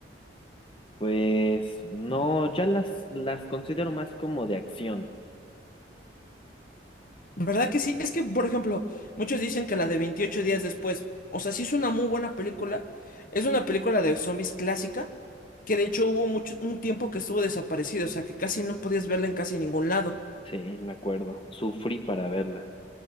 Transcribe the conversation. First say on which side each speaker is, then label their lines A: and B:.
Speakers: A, on the left; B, on the left.
A: pues no, ya las, las considero más como de acción.
B: ¿Verdad que sí? Es que, por ejemplo, muchos dicen que la de 28 días después, o sea, sí es una muy buena película, es una película de zombies clásica, que de hecho hubo mucho, un tiempo que estuvo desaparecido, o sea, que casi no podías verla en casi ningún lado.
A: Sí, me acuerdo. Sufrí para verla.